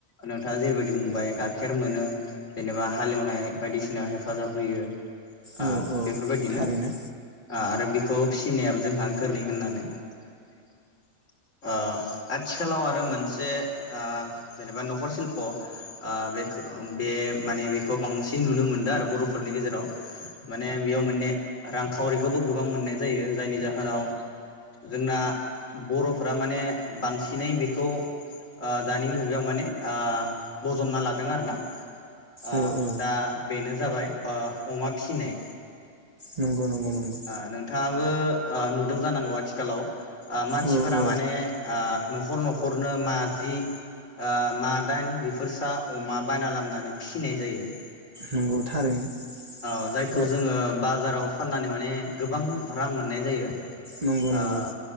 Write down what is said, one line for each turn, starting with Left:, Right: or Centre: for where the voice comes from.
Left: नों थाङा जिबायदि बुंबाय गाखेद मोनो जेनेबा हालेवनाय बायदिसिना हेफाजाब होयो। ओ
Right: औ औ
Left: बेफोरबायदिनो
Right: थारैनो
Left: ओ आरो बेखौ फिसिनायाबो जोंहा गोरलै होननानै ओ आथिखालाव आरो मोनसे ओ जेनेबा न'खर सिल्प औ बे खौ बे माने बेखौ बांसिन नुनो मोनदों आरो बर'फोरनि गेजेराव माने बेयाव माने रांखावरिखौबो गोबां मोननाय जायो जायनि जाहोनाव जोंना बर'फोरा माने बांसिनै बेखौ ओ दानि मुगायाव माने बजबना ला दों आरो ना ओ
Right: औ औ
Left: दा बेनो जाबाय ओ अमा फिसिनाय
Right: नंगौ नंगौ नंगौ
Left: ओ नोंथाङाबो नुदों जानांगौ आथिखालाव ओ मानसिफोरा
Right: औ औ
Left: माने ओ न' न'खर न'खरनो माजि ओ मादाइन बेफोरसा अमा बायना लाबोनानै फिसिनाय जायो।
Right: नंगौ थारैनो।
Left: औ जायखौ
Right: ओ
Left: जोङो बाजाराव फाननानै माने गोबां रां मोननाय जायो।
Right: नंगौ
Left: ओ
Right: नंगौ